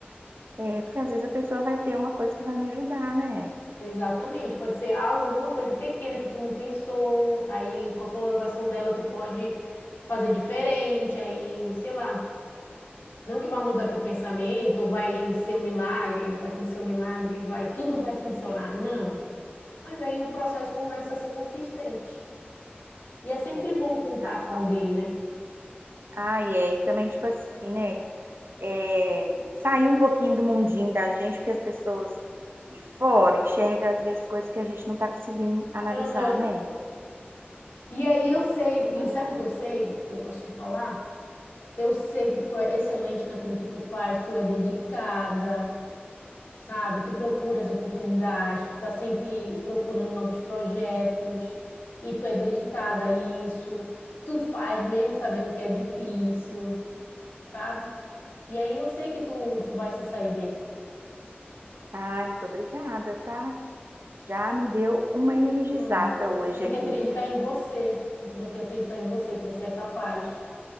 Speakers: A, on the right; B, on the left.
A: É, porque às vezes a pessoa vai ter uma coisa que vai me ajudar, né?
B: Exatamente. Pode ser algo, alguma coisa pequena que tu não pensou, aí com a colaboração dela tu pode fazer diferente, aí, sei lá. Não que vai mudar teu pensamento, ou vai ser um milagre, vai acontecer um milagre, vai, tudo vai funcionar. Não. Mas aí o processo começa a ser consistente. E é sempre
A: É,
B: bom contar
A: tem razão.
B: com alguém, né?
A: Ah, e é, e também, tipo assim, né? É, sair um pouquinho do mundinho da gente, porque as pessoas de fora enxergam, às vezes, coisas que a gente não tá conseguindo analisar,
B: Aham.
A: né?
B: E aí eu
A: É,
B: sei,
A: você tem
B: e
A: razão.
B: sabe o que eu sei, que eu posso te falar? Eu sei que tu é excelente naquilo que tu faz, tu é dedicada, sabe? Tu procura as oportunidades, tu tá sempre procurando novos projetos, e tu é dedicada a isso. Tu faz mesmo sabendo que é difícil. sabe? E aí eu sei que tu, tu vai se sair bem.
A: Ai, muito obrigada, tá? Já me deu uma energizada
B: Uhum.
A: hoje
B: Você tem
A: aqui
B: que acreditar em você. Você tem que acreditar em você, que você é capaz.